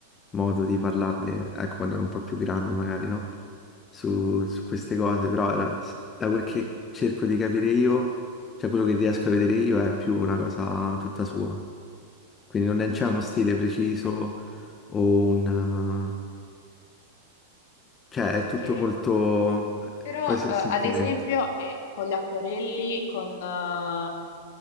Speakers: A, on the left; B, on the left.
A: modo di parlarne, ecco, quando ero un po' più grande, magari, no? Su, su queste cose, però era, da quel che cerco di capire io, cioè quello che riesco a vedere io è più una cosa tutta sua. Quindi non è- c'è uno stile preciso o un... cioè è
B: Ok.
A: tutto molto eh,
B: Però,
A: quasi
B: eh,
A: a sentimento.
B: ad esempio, eh, con gli acquerelli, con, ehm,